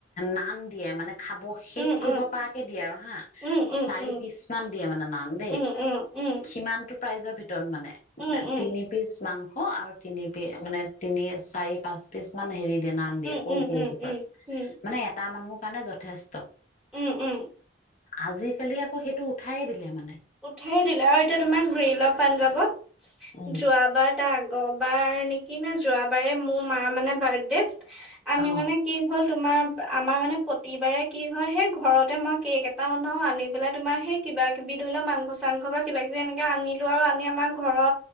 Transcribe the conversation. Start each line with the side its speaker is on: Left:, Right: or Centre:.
Left: নান দিয়ে মানে খাব শেষ
Centre: উম
Left: কৰিব
Centre: উম
Left: পৰাকে দিয়ে আৰু হা।
Centre: উম উম
Left: চাৰি পিচ মান দিয়ে মানে নান দেই।
Centre: উম উম উম উম
Left: সিমানটো প্ৰাইজৰ ভিত মানে
Centre: উম উম উম
Left: তিনি পিচ মাংস আৰু তিনিপি মানে তিনি চাৰি পাঁচ পিচ মান হেৰি নান দিয়ে সৰু
Centre: উম উম
Left: সৰু
Centre: উম
Left: টুকুৰাত।
Centre: উম
Left: মানে এটা মানুহৰ কাৰণে যথেষ্ট।
Centre: উম উম।
Left: আজিকালি আকৌ সেইটো উঠাইয়ে দিলে মানে।
Centre: উঠাইয়ে দিলে আৰু এতিয়া তোমাৰ গ্ৰীল অফ পাঞ্জাৱৰ
Left: উম
Centre: যোৱাবাৰ তা আ গবাৰ নেকি নে যোৱাবাৰে মোৰ মাৰ মানে বাৰ্থডেত আমি
Left: অ',
Centre: মানে কি হ'ল তোমাৰ আমাৰ মানে প্ৰতিবাৰে কি হয়, সেই ঘৰতে মই কেক এটা অনাও, আনি পেলাই তোমাৰ সেই কিবা কিবি ধৰি লোৱা মাংস-চাংস বা কিবা কিবি এনেকে আনিলো আৰু আনি আমাৰ ঘৰৰ